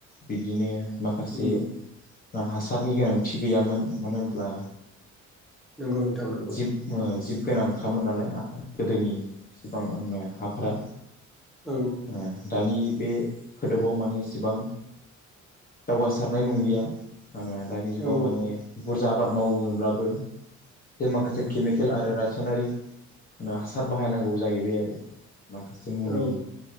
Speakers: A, on the left (about 30°); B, in the centre.
A: बिदिनो माखासे।
B: उम
A: आ हासारनि गोनां थि गैयामोन मानो होनब्ला
B: नंगौ नोंथां नंगौ
A: जिब ओ जिब गोनां खामोन नालाय हा गोदोनि फिफां आंना हाफोरा
B: औ
A: ओ दानि बे खोदोबाव माने एसेबां दावगासारनाय नंलिया आंना दानि जुगाव
B: औ
A: मानि बुर जा आबाद मावनोब्लाबो जे माखासे केमिकेल आरो रासायनारिक हासार बाहायनांगौ जाहैबाय आ रो माखासे मुलि
B: औ